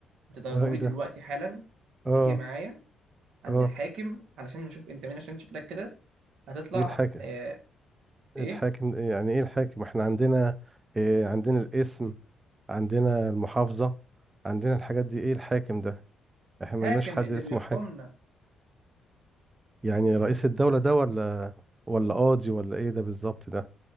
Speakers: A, on the right; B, on the right.
A: انت ضروري
B: اه ايه ده
A: دلوقتي حالا
B: اه
A: تيجي معايا عند
B: اه
A: الحاكم علشان نشوف انت مين عشان شكلك كده هتطلع
B: ايه الحاكم
A: آه،
B: ايه
A: ايه
B: الحاكم إيه يعني ايه الحاكم احنا عندنا إيه عندنا الاسم عندنا المحافظة عندنا الحاجات دي ايه الحاكم ده احنا ما
A: حاكم
B: لناش حد
A: اللي
B: اسمه
A: بيحكمنا
B: حاجة يعني رئيس الدولة ده ولا ولا قاضي ولا ايه ده بالظبط ده